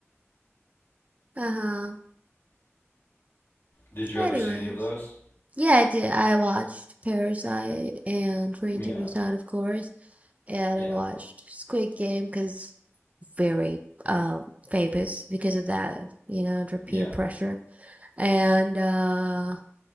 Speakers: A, on the right; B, on the left.
A: Uh-huh.
B: Did you ever
A: Anyways.
B: see any of those?
A: Yeah, I did. I watched Parasite and 22
B: Yeah,
A: Percent, of course, and
B: yeah,
A: I watched Squid Game because very um famous because of that, you know, under peer
B: yeah.
A: pressure. And uh